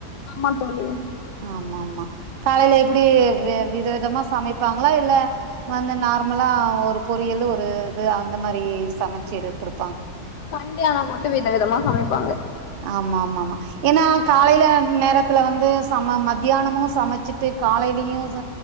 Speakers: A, on the left (about 80°); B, on the right (about 85°).
A: ஆமா தோழி
B: ஆமா ஆமா காலைல எப்டி வி வித தமா ச சமைப்பாங்களா இல்ல வந்து நார்மலா ஒரு பொரியல் ஒரு இது அந்த மாரி சமைச்சு எடு குடு
A: சண்டே ஆனா மட்டு வித விதமா சமைப்பாங்க
B: ஆமா ஆமா ஆமா ஏன்னா காலைல நேரத்துல வந்து சம மதியானமு சமைச்சிட்டு காலையிலயு ச